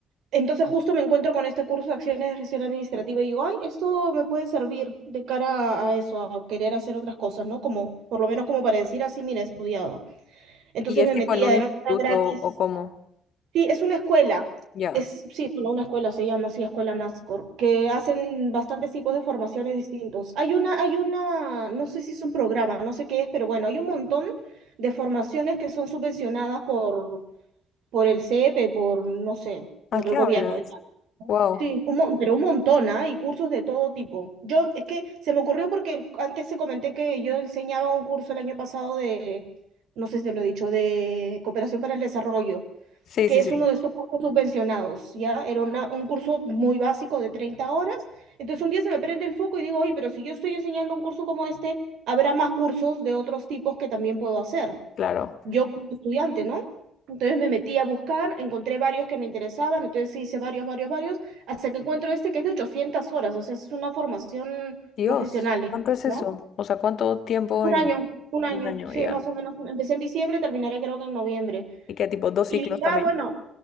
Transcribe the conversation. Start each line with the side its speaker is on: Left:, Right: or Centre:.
Right: Entonces justo me encuentro con este curso de acciones de gestión administrativa y digo, ay, esto me puede servir de cara a eso, a querer hacer otras cosas, ¿no? Como, por lo menos como para decir así, mira, he estudiado. Entonces
Left: ¿Y es
Right: me
Left: tipo
Right: metí,
Left: en
Right: además
Left: un instituto
Right: era gratis.
Left: o cómo?
Right: Sí, es una escuela.
Left: Ya.
Right: Es, sí, bueno, una escuela se llama así, Escuela NASCOR, que hacen bastantes tipos de formaciones distintos. Hay una, hay una, no sé si es un programa, no sé qué es, pero bueno, hay un montón de formaciones que son subvencionadas por, por el CEP, por, no sé, por
Left: ¿A qué
Right: el gobierno,
Left: hablas?
Right: digamos.
Left: Wow.
Right: Sí, un mon- pero un montón, ¿ah? Y cursos de todo tipo. Yo, es que se me ocurrió porque el- antes se comenté que yo enseñaba un curso el año pasado de, no sé si te lo he dicho, de cooperación para el desarrollo
Left: Sí,
Right: que
Left: sí,
Right: es
Left: sí.
Right: uno de esos cursos subvencionados, ¿ya? Era una- un curso muy básico de 30 horas. Entonces un día se me prende el foco y digo, oye, pero si yo estoy enseñando un curso como este, habrá más cursos de otros tipos que también puedo hacer,
Left: Claro.
Right: yo como estudiante, ¿no? Entonces me metí a buscar, encontré varios que me interesaban, entonces sí hice varios, varios, varios, hasta que encuentro este que es de 800 horas, o sea, es una formación
Left: Dios,
Right: profesional,
Left: ¿cuánto es
Right: ¿no?
Left: eso? O sea, ¿cuánto tiempo
Right: Un
Left: en
Right: año, un año,
Left: un año?
Right: sí,
Left: Ya.
Right: más o menos. Empecé en diciembre, terminaré creo que en noviembre.
Left: ¿Y qué tipo? ¿Dos
Right: Y
Left: ciclos
Right: dije,
Left: también?
Right: ah, bueno,